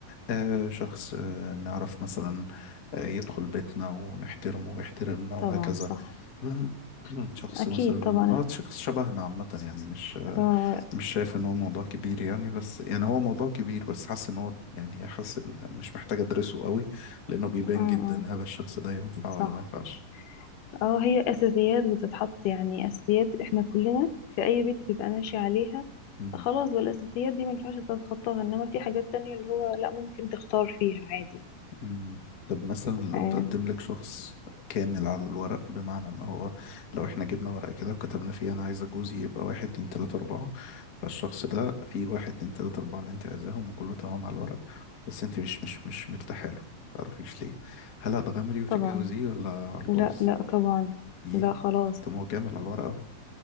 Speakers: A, on the left; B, on the left.
A: آه، شخص آه، نعرف مثلا آه، يدخل بيتنا ونحترمه ويحترمنا وهكذا
B: طبعا صح
A: <clears throat> شخص
B: اكيد
A: مثلا
B: طبعا
A: اه شخص شبهنا عامة يعني مش
B: آه،
A: مش شايف ان هو موضوع كبير يعني بس يعني هو موضوع كبير بس حاسس ان هو يعني حاسس إن مش محتاج ادرسه قوي لانه بيبان
B: آه، آه،
A: جدا هل الشخص ده ينفع
B: صح
A: ولا ما ينفعش
B: اه هي اساسيات بتتحط يعني اساسيات احنا كلنا في اي بيت بيبقى ماشي عليها
A: مم.
B: خلاص بقى الاساسيات دي ما ينفعش تتخطاها انما في حاجات تانية اللي هو لا ممكن تختار فيها عادي
A: مم. طب مثلا لو
B: آه
A: تقدم لك شخص كامل على الورق بمعنى ان هو لو احنا جبنا ورقة كده وكتبنا فيها انا عايزة جوزي يبقى واحد اتنين تلاتة اربعة فالشخص ده فيه واحد اتنين تلاتة اربعة اللي انت عايزاهم وكله تمام على الورق بس انت مش مش مش مرتاحة له متعرفيش ليه هل هتغامري وتتجوزيه
B: طبعا
A: ولا على البايظ
B: لا لا طبعا
A: ايه
B: لا خلاص
A: طب ما هو كامل على الورق اهو